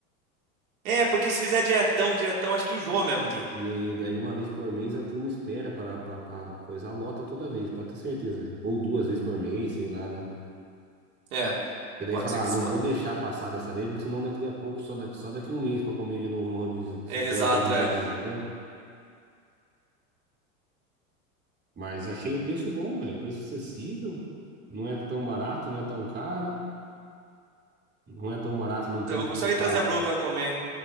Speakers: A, on the right (about 75°); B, on the right (about 25°).
A: É, porque se fizer diretão, diretão, acho que enjoa mesmo de. ir.
B: E daí, uma vez por mês, a turma espera pra, pra, pra coisar, lota toda vez, pode ter certeza, velho. Ou duas vezes por mês, sei lá, né?
A: É,
B: Porque daí
A: pode
B: fala,
A: ser que
B: ah, não
A: se pode.
B: vou deixar passar dessa vez, porque senão daqui a pouco, só daqui, só daqui um mês pra comer de novo no rodízio, se
A: É,
B: for
A: exato,
B: um rodízio
A: é.
B: bom, entendeu? Mas achei o preço bom, velho. Preço acessível. Não é tão barato, não é tão caro. Não é tão barato num ponto
A: Eu gostaria
B: que você fala.
A: de trazer a Blue pra eu comer.